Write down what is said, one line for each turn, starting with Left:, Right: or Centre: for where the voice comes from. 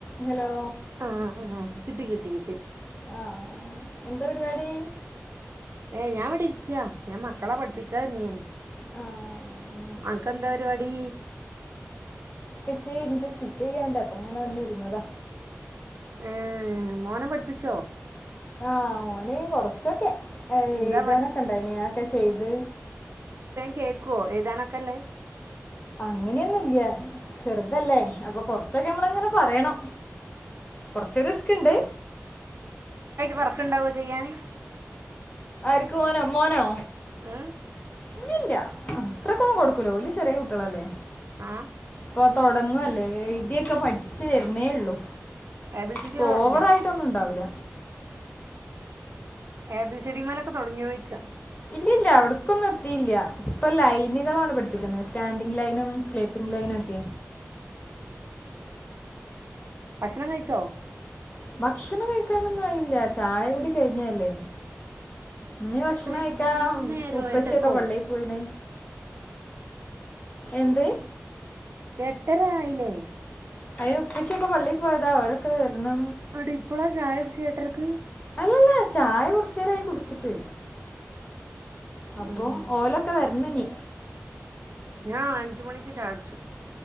Left: Hello...
Right: ആഹ് ആഹ് കിട്ടി.. കിട്ടി.. കിട്ടി
Left: ആ-ഹ... എന്താ പരിപാടി?
Right: ഏ.. ഞാനിവിടെരിക്കയാ. ഞാ മക്കളെ പഠിപ്പിക്കാഇരുന്നേനു
Left: ആ അങ്ങനെ
Right: അനക്കേന്താ പരിപാടി...
Left: സേ... നിക്ക് സ്റ്റിച്ചിയ്യാണ്ടേ അപ്പൊ ങ്ങനെ വന്നിര്ന്നതാ
Right: ഏ.... മോനെ പഠിപ്പിച്ചോ?
Left: ആഹ്.. ഓന് കൊറച്ചൊക്കെ ഏ...
Right: എന്താ
Left: എഴുതാനൊക്കെണ്ടായിന
Right: പഠി
Left: അ ഒക്കെ ചെയ്ത്
Right: കേകൊവ്‌ ഏതാനൊക്കെല്ലേ?
Left: അങ്ങനെയൊന്നുല്യാ ചെർതല്ലേ അപ്പൊ കൊറച്ചൊക്കെ മ്മളങ്ങനെ പറേണം കൊറച്ച് റിസ്ക്ണ്ട്
Right: വർക്ണ്ടാവോ ചെയ്യാാന്
Left: ആര്ക്ക് ഓനോ മോനോ?
Right: ഏ...
Left: ഇല്യാല്ല മ് അത്രക്കൊമം കൊടുക്കുലഓല് ചെറീയ കുട്ടിളല്ലേ
Right: ആ..
Left: പ തൊടങ്ങല്ലേ ഏയ്‌തിയൊക്കെ പഠിച്ചു വരന്നേള്ളു
Right: എ ബി സി ഡി
Left: പ്പൊ
Right: ഒക്കെ തൊടങ്ങിയോ
Left: ഓവറായിട്ടൊന്നും ഇണ്ടാവൂല
Right: എ ബിസി ഡി മേലൊക്കെ തൊടങ്ങോ യിക്കാ
Left: ഇല്ലല്ല അവിടക്കൊന്നും എത്തിയില്ല ഇപ്പൊ ലൈനുകളാണ് പഠിപ്പിക്കുന്നത് സ്റ്റാൻഡിങ് ലൈനും സ്ലീ പിംലൈനൊക്കെ
Right: ഭശ്ണം കഴിച്ചോ
Left: ഭക്ഷണം കഴിക്കാനൊന്നും ആയില്ല ചായ കുടി കയിഞ്ഞല്ലേ നി ഭശ്ണം
Right: അയ്യ്
Left: കയിക്കാ
Right: ഇന്നേരോ
Left: ഉപ്പച്ചിയൊക്കെ
Right: എട്ടരക്കോ
Left: പള്ളയി പോയിണ എന്ത്?
Right: എട്ടരായിലെ...
Left: അയിന് ഉപ്പച്ചൊക്കെ പള്ളിൽ പോയതാ അവരൊക്കെ വെര്ണ്
Right: അടി ഇപ്പളാ ചായുടിച്ച എട്ടര്ക്ക്
Left: ഇലല്ല ചായ കൊറചേരായി കുടിച്ചിട്ട് അപ്പോ..
Right: ഉം
Left: ഓലക്കെ വർ ഇന്ന്നി..
Right: ഞാ അഞ്ച്മണിക്ക് ചായുടിച്ചു